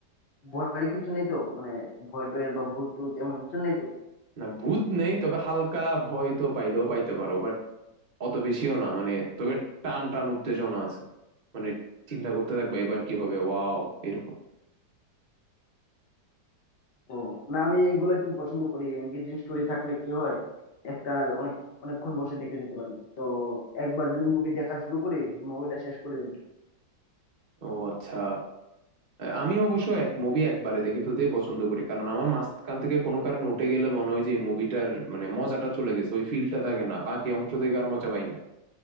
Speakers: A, on the left; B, on the right.
A: ভয়ের কিছু নেই তো মানে ভয় টয়ের বা ভূত টুত এমন কিছু নেই তো
B: না ভূত নেই তবে হালকা ভয় তো পাইলেও পাইতে পারো অত বেশিও না মানে তবে টান টান উত্তেজনা আছে মানে চিন্তা করতে থাকবে এবার কি হবে ওয়াও এরকম
A: ও না আমি এগুলো একটু পছন্দ করি এঙ্গেজিং স্টোরি থাকলে কি হয় একটা অনেক অনেকক্ষণ বসে দেখে নিতে পারি তো একবার যদি মুভি দেখা শুরু করি মুভিটা শেষ করে উঠি
B: ও আচ্ছা আমি অবশ্য এক মুভি একবারে দেখে ফেলতেই পছন্দ করি কারণ আমার মাঝখান থেকে কোনো কারণে উঠে গেলে মনে হয় যে মুভিটার মানে মজাটা চলে গেছে ওই ফিলটা থাকে না বাকি অংশ দেখে আর মজা পাই না